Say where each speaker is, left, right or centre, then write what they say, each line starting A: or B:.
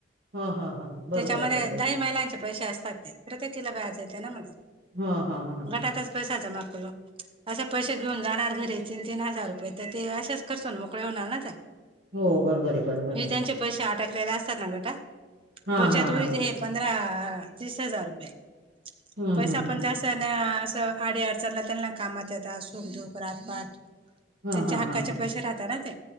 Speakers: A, on the right; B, on the right.
A: हा हा हा बरोबर
B: त्याच्यामध्ये
A: बरोबर
B: दाही महिलांचे पैसे असतात ते. प्रत्येकीला व्याज येते ना मग ते
A: हा हा हा हा
B: गटातचं पैसा जमा करून असे पैसे घेऊन जाणार घरी तीन तीन हजार रुपये तर ते अशेच खर्चुन मोकळे होणार ना त्या.
A: हो बरोबर आहे बरोबर
B: हे
A: आहे.
B: त्यांचे पैसे अटकलेले असतात ना गटात
A: हा
B: बचत
A: हा
B: होईते
A: हा हा
B: पंधरा तीस हजार रुपये.
A: हम्म
B: पैसा
A: हम्म हम्म
B: पण जा स्त अन् असं अडीअडचनीला तेना कामात येतात सुख दुःख रातपात.
A: हा
B: त्यांच्या
A: हा
B: हक्काचे
A: हा हा
B: पैसे राहतात ना ते